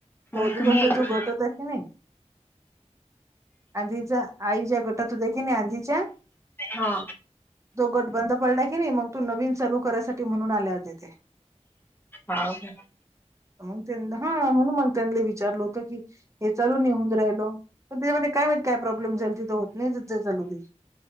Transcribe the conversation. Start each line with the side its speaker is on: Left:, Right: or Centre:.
Left: मग
Right: तो अगोदरचा
Left: तुम्ही ऐक
Right: जो गट होता की नाही आधीच्या आई ज्या गटात होत्या की नाही आधीच्या
Left: हा
Right: तो गट बंद पडला की नाही, मग तो नवीन चालू करायसाठी म्हणून आले होते ते.
Left: हाव का
Right: मग त्यां हा म्हणून मग त्यांनी विचारलं होत की हे चालून निहून राहिलो. पण त्याचामध्ये काय प्रॉब्लेम झालती तर होत नाही ज चालुदी